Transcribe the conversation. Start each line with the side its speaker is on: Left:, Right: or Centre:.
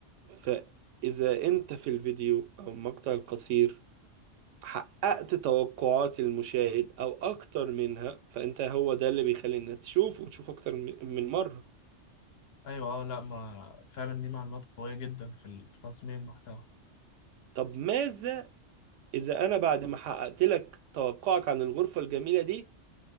Right: فإذا أنت في الفيديو أو المقطع القصير حققت توقعات المشاهد أو أكتر منها فأنت هو ده اللي بيخلي الناس تشوف وتشوف أكتر من من مرة
Left: أيوة أه لأ ما فعلا دي معلومات قوية جدا في ال- في تصميم المحتوى
Right: طب ماذا إذا أنا بعد ما حققت لك توقعك عن الغرفة الجميلة دي